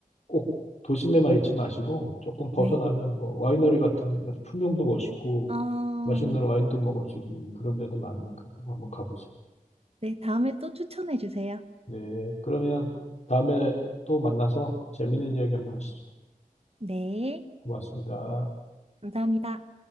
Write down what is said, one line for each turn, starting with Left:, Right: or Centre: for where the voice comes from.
Left: 꼭 도심에만 있지 마시고 조금 벗어나면
Right: 네.
Left: 뭐 와이너리 같은 거, 풍경도 멋있고
Right: 어,
Left: 맛있는 와인도 먹을 수 있는 그런 데도 많으니까 꼭 한번 가보세요.
Right: 네, 다음에 또 추천해 주세요.
Left: 네, 그러면 다음에 또 만나서 재밌는 이야기 한번 하시죠.
Right: 네,
Left: 고맙습니다.
Right: 감사합니다.